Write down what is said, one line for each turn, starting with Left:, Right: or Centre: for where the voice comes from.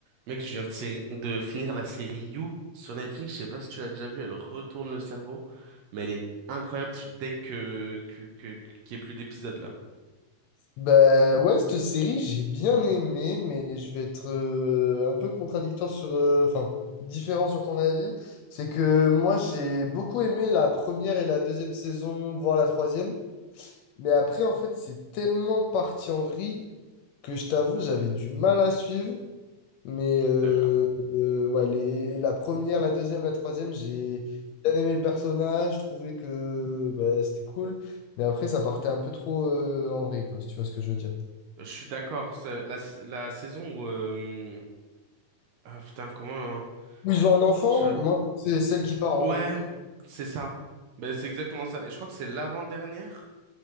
Right: Mec, je viens de, séri- de finir la série You sur Netflix. Je sais pas si tu l'as déjà vue. Elle retourne le cerveau, mais elle est incroyable. Je suis deg que, que, que, qu'il y ait plus d'épisodes là.
Left: Bah ouais, cette série, j'ai bien aimé, mais je vais être euh, un peu contradictoire sur... euh, Enfin, différent sur ton avis. C'est que moi, j'ai beaucoup aimé la première et la deuxième saison, voire la troisième. Mais après, en fait, c'est tellement parti en vrille que je t'avoue, j'avais du mal à suivre. Mais euh,
Right: D'accord.
Left: euh, ouais, les, la première, la deuxième, la troisième, j'ai bien aimé le personnage, je trouvais que bah, c'était cool. Mais après, ça partait un peu trop euh, en vrille, quoi, si tu vois ce que je veux dire.
Right: Je suis d'accord. C'est La, la saison où, euh, ah, putain, comment, hein,
Left: Ils ont un enfant?
Right: je
Left: Moi, c'est celle qui part en
Right: Ouais,
Left: vrai.
Right: c'est ça. Ben, c'est exactement ça. Et je crois que c'est l'avant-dernière.